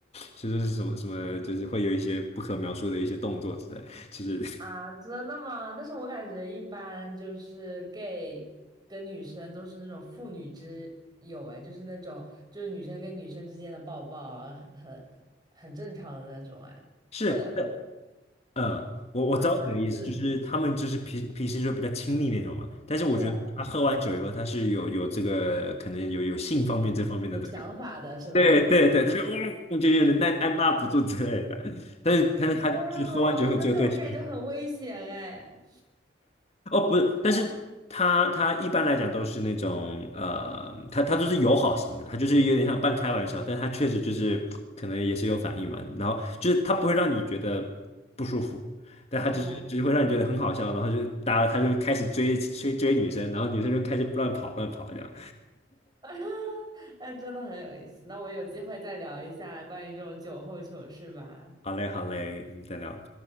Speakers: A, on the left (about 35°); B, on the right (about 20°).
A: 就是什么什么，就是会有一些不可描述的一些动作之类。其实
B: 啊，真的吗？但是我感觉一般就是 gay 跟女生都是那种父女之友，哎，就是那种就是女生跟女生之间的抱抱啊，很很正常的那种，哎，
A: <laughs> 是，
B: 会会
A: 呃，呃我我知道你的意思，
B: 啊，他是
A: 就是他们就是脾脾气就比较亲密那种嘛。但是我觉得他喝完酒以后，
B: 对啊，
A: 他是有有这个可能有有性方面这方面的。
B: 有想法的是吧？
A: 对对对，
B: 就不是
A: 他就嗯，我就有点按按捺不住之类的。但是但是他就喝完酒后就对心仪
B: 这样的吗？那这种 gay 就很危险哎。
A: 哦，不是，但是他他一般来讲都是那种呃，他他都是友好型的，他就是有点像半开玩笑，但是他确实就是可能也是有反应嘛。然后就是他不会让你觉得不舒服，但他就是就是会让你觉得很好笑，
B: 哦
A: 然后就大家他就开始追追追女生，然后女生就开始乱跑乱跑这样。
B: <laughs> 哎，真的很有意思。那我们有机会再聊一下关于这种酒后糗事吧。
A: 好嘞好嘞，我们再聊。